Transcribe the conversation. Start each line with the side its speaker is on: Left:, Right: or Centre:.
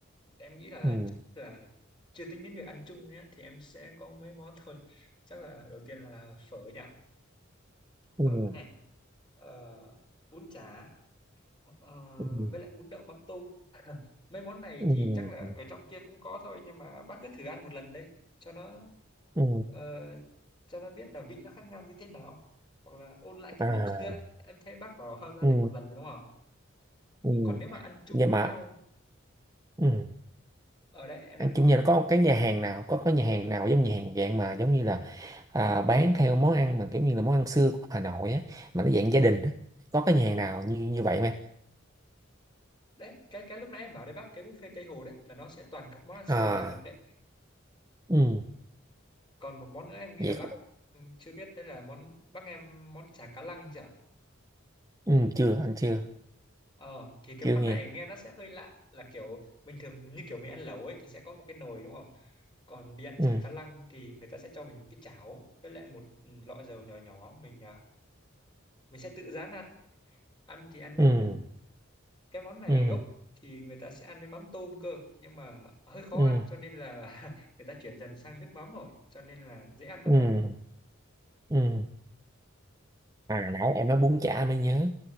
Left: em nghĩ là
Right: Ừ.
Left: chắc là chưa tính đến việc ăn chung nhé thì em sẽ có mấy món <laughs> thôi chắc là đầu tiên là phở nhỉ
Right: Ừ.
Left: phở này ờ, bún chả ờ,
Right: Ừ.
Left: với lại bún đậu mắm tôm mấy món này
Right: Ừ.
Left: thì chắc là ở trong kia cũng có thôi nhưng mà bác cứ thử ăn một lần đấy cho nó
Right: Ừ.
Left: ờ, cho nó biết là vị nó khác nhau như thế nào hoặc là ôn lại kỷ
Right: À.
Left: niệm xưa ấy. em thấy bác bảo ra
Right: Ừ.
Left: đây một lần rồi đúng không
Right: Ừ.
Left: Ừ, còn nếu mà ăn chung
Right: Nhưng
Left: với
Right: mà
Left: nhau
Right: ừ.
Left: ở đây em
Right: anh
Left: đang bảo
Right: chủ nhà nó có cái nhà hàng nào có có nhà hàng nào giống nhà hàng dạng mà giống như là à, bán theo món ăn mà kiểu như là món ăn xưa của Hà Nội á mà nó dạng gia đình á có cái nhà hàng nào như như vậy không em
Left: đấy cái cái lúc nãy em bảo đấy bác cái buffet Tây Hồ đấy là nó sẽ toàn các món ăn xưa
Right: à
Left: của Hà Nội đấy
Right: ừ
Left: còn một món nữa em nghĩ
Right: vậy
Left: là bác
Right: có-
Left: ừ, chưa biết đây là món bác nghe món chả cá lăng chưa
Right: ừ chưa anh chưa
Left: ờ thì cái
Right: chưa
Left: món
Right: nghe
Left: này nghe nó sẽ hơi lạ là kiểu bình thường như kiểu mình ăn lẩu ấy thì sẽ có một cái nồi đúng không còn đi ăn
Right: ừ
Left: chả cá lăng thì người ta sẽ cho mình một cái chảo với lại một ừ, lọ dầu nhỏ nhỏ mình à, mình sẽ tự rán ăn ăn thì ăn với
Right: ừ
Left: bún cái món này
Right: ừ
Left: gốc thì người ta sẽ ăn với mắm tôm cơ nhưng mà hơi khó
Right: ừ
Left: ăn cho nên là <laughs> người ta chuyển dần sang nước mắm rồi cho nên là dễ ăn lắm
Right: ừ
Left: bác ạ
Right: ừ à nãy em nói bún chả mới nhớ